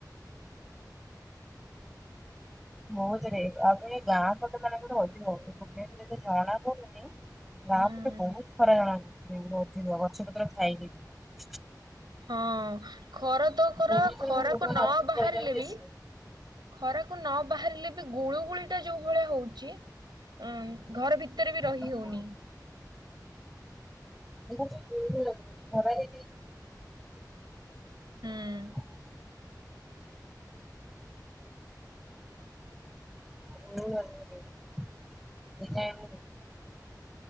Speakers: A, in the centre; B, on the right.
A: ବହୁତରେ ଆଉ ଏ ଗାଁ ପଟ ମାନଙ୍କରେ ଅଧିକ ଭୁବନେଶ୍ଵରରେ ଏତେ ଜଣା ପଡୁନି। ଗାଁ
B: ହୁଁ
A: ପଟେ ବହୁତ ଖରା ଜଣାପଡୁଚି ଅଧିକ ଗଛପତ୍ର ଥାଇକିବି
B: ହଁ ଖରା ତ ଖରା
A: ଭୁବନେଶ୍ୱରରେ
B: ଖରାକୁ
A: ମୋ ଲୋକମାନେ
B: ନ
A: ଅଫିସରେ
B: ବାହାରିଲେ
A: ରହିଯାନ୍ତି
B: ବି
A: ଏସି ରେ।
B: ଖରାକୁ ନ ବାହାରିଲେ ବି ଗୁଳୁ ଗୁଳି ଟା ଯୋଉ ଭଳିଆ ହଉଛି। ଉଁ ଘର ଭିତରେ ବି ରହି
A: ହଁ
B: ହଉନି।
A: ଗୁଳୁ ଗୁଳି ଲାଗୁଛି। ଖରାରେ
B: ହୁଁ
A: <unintelligible> <inaudible> ମୁଁ <unintelligible> ଏ ଟାଇମ୍ ମୁଁ